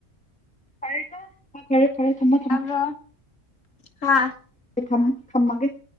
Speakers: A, in the centre; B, on the left.
A: ꯍꯔꯦ ꯀꯣ ꯍ <unintelligible> <inaudible> ꯊꯃꯣ ꯊꯃꯣ
B: ꯇꯥꯕ꯭ꯔꯣ
A: <unintelligible>
B: ꯍꯥ <unintelligible>
A: ꯊꯃ ꯊꯃꯥꯒꯦ <unintelligible>